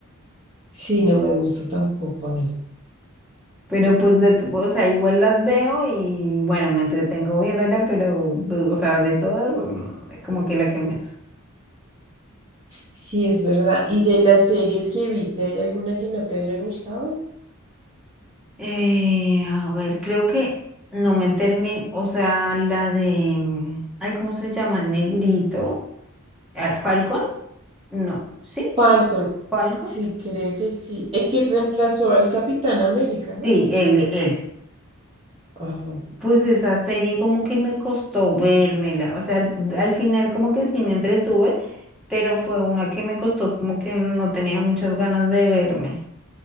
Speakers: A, on the right (about 25°); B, in the centre.
A: Sí, no me gusta tampoco a mí.
B: Pero pues, de, t- o sea, igual las veo y bueno, me entretengo viéndola, pero, pues, o sea, de todas, mm, como que la que menos.
A: Sí, es verdad. ¿Y de las series que viste, hay alguna que no te haya gustado?
B: Eh, a ver, creo que no me termino, o sea, la de, mm, ay, ¿cómo se llama? El negrito. Ah, ¿Falcon? No, sí,
A: Falcon,
B: Fal- Falcon.
A: sí, creo que sí. El que reemplazó al Capitán América, ¿no?
B: Sí, él, él.
A: Ajá,
B: Pues esa serie como que me costó vérmela, o sea, al, al final como que sí me entretuve, pero fue una que me costó como que no tenía muchas ganas de verme.